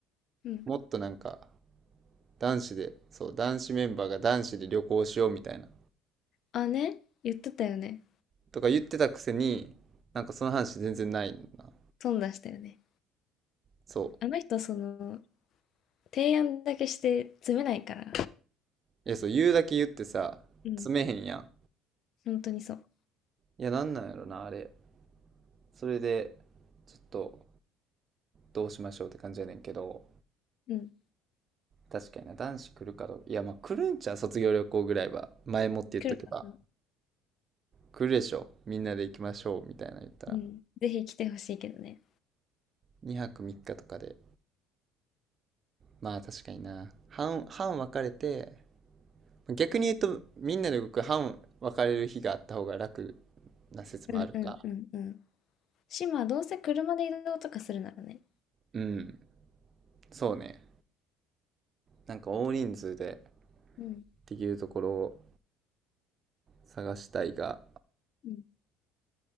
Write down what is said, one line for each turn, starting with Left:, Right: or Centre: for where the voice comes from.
Left: うん。
Right: もっとなんか、男子で、そう、男子メンバーが男子で旅行しようみたいな、
Left: あ、ね。言ってたよね。
Right: とか言ってたくせに、なんかその話全然ないんだな。
Left: 損出したよね。
Right: そう。
Left: あの人、その、提案だけして詰めないから。
Right: いや、そう、言うだけ言ってさ、
Left: うん、
Right: 詰めへんやん。
Left: 本当にそう。
Right: いや、なんなんやろな、あれ。それで、ちょっと、どうしましょうって感じやねんけど、
Left: うん。
Right: 確かにな、男子来るかどうか。いや、まあ来るんちゃう、卒業旅行ぐらいは。前もって言っとけば。
Left: 来るか。
Right: 来るでしょ。みんなで行きましょう。みたいなの言ったら。
Left: うん。ぜひ来てほしいけどね。
Right: 2泊3日とかで。まあ確かにな。半、半分かれて、逆に言うと、みんなで動く半分かれる日があった方が楽な説もあるか。
Left: うんうんうんうん。島はどうせ車で移動とかするならね。
Right: うん。そうね。なんか大人数で
Left: うん
Right: できるところを探したいが、
Left: うん